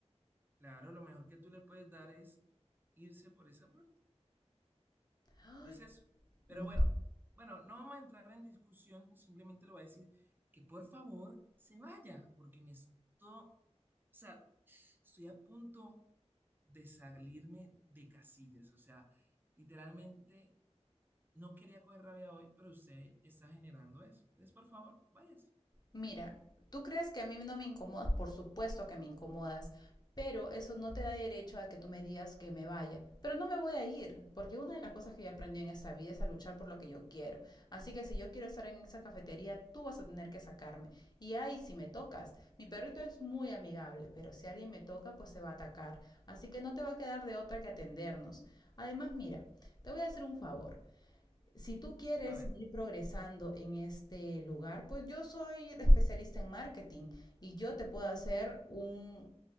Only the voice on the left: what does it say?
Ay,
no
Mira, tú crees que a mí no me incomodas, por supuesto que me incomodas, pero eso no te da derecho a que tú me digas que me vaya. Pero no me voy a ir, porque una de las cosas que yo aprendí en esta vida es a luchar por lo que yo quiero. Así que si yo quiero estar en esa cafetería, tú vas a tener que sacarme. Y ahí si me tocas, mi perrito es muy amigable, pero si alguien me toca, pues se va a atacar. Así que no te va a quedar de otra que atendernos. Además, mira, te voy a hacer un favor si tú quieres
ir progresando en este lugar, pues yo soy especialista en marketing y yo te puedo hacer un,